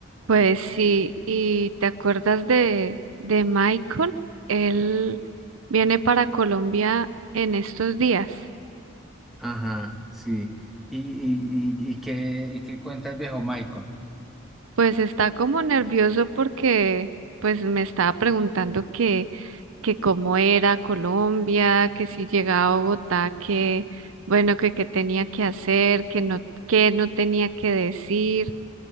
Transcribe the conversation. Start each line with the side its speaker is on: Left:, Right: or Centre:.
Right: Pues sí, ¿y te acuerdas de, de Michael? Él viene para Colombia en estos días.
Centre: Ajá, sí. ¿Y, y, y, y qué, y qué cuenta el viejo Michael?
Right: Pues está como nervioso porque pues me estaba preguntando que, que cómo era Colombia, que si llegaba a Bogotá, que bueno, que qué tenía que hacer, que no, que no tenía que decir.